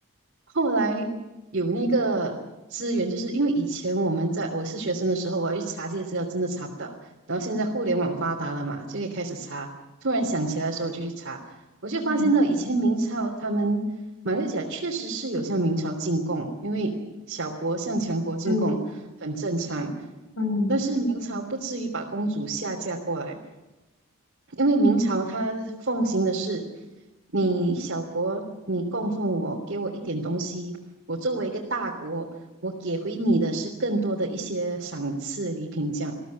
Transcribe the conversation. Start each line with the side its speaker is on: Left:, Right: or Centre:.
Right: 后来有那个资源，就是因为以前我们在我是学生的时候，我要去查这些资料，真的查不到。然后现在互联网发达了嘛，就可以开始查。突然想起来的时候，我就去查。我就发现到以前明朝他们马六甲确实是有向明朝进贡，
Left: 嗯
Right: 因为小国向强国进贡很正常，
Left: 嗯嗯，
Right: 但是明朝不至于把公主下嫁过来。因为明朝他奉行的是，你小国你供奉我，给我一点东西，我作为一个大国，我给回你的是更多的一些赏赐礼品这样。